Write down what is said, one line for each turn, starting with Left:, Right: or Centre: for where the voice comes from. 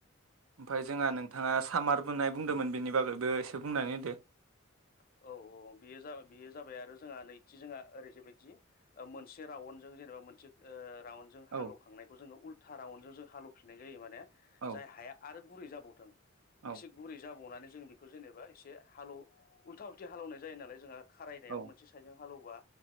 Right: ओमफ्राय जोंहा नोंथांङा सामार बोननाय बुंदोंमोन बेनि बागैबो एसे बुंनानै होदो।
Left: <inaudible> औ औ बेयो जाबाय बेयो जाबाय आरो जोंहा नैथि जोंहा ओरै बायदि मोनसे रावन जों जेनेबा मानसे ओ रावनजों हालवखांनायखौ
Right: औ
Left: जोङो उल्था रावन जों हाल एवफिनाय जायो माने
Right: औ
Left: जाय हाया आरो गुरै जाबावथों
Right: औ
Left: एसे गुरै जाबावनानै जों बेखौ जेनेबा एसे हालौ उल्था उल्थि हालेवनाय जायो नालाय जोंहा खारायनायाव
Right: औ
Left: मोनसे साइदजों हाल एवबा